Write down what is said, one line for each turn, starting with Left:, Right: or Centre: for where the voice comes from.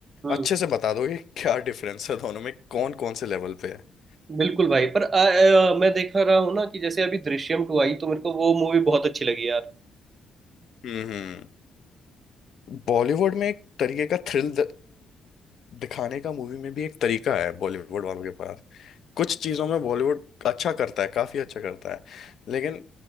Right: हम्म
Left: अच्छे से बता दोगे क्या डिफरेंस है दोनों में कौन कौन से लेवल पे है
Right: बिल्कुल भाई पर अ, अ, मैं देख रहा हूँ ना कि जैसे अभी दृश्यम टू आई तो मेरे को वो मूवी बहुत अच्छी लगी यार
Left: हम्म बॉलीवुड में एक तरीके का थ्रिल दिखाने का मूवी में भी एक तरीका है बॉलीवुड वालों के पास कुछ चीज़ों में बॉलीवुड अच्छा करता है काफ़ी अच्छा करता है लेकिन